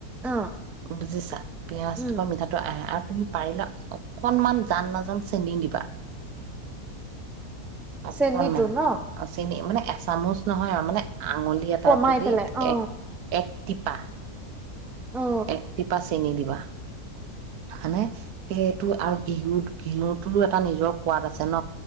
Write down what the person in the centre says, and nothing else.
অ
উম
চেনীটো ন
কমাই
পেলাই অ
অ